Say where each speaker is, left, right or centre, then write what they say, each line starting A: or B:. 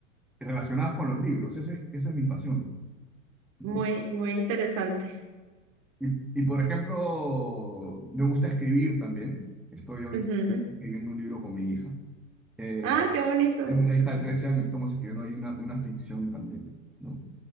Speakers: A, in the centre; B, on the right.
A: relacionadas con los libros, ese, es- esa es mi pasión, ¿no?
B: Muy, muy interesante.
A: Y, y, por ejemplo, me gusta escribir también. Estoy ahorita
B: Ujú.
A: escribiendo un libro con mi hija. Eh,
B: Ah, qué bonito.
A: Tengo una hija de 13 años, estamos escribiendo ahí una, una ficción también, ¿no?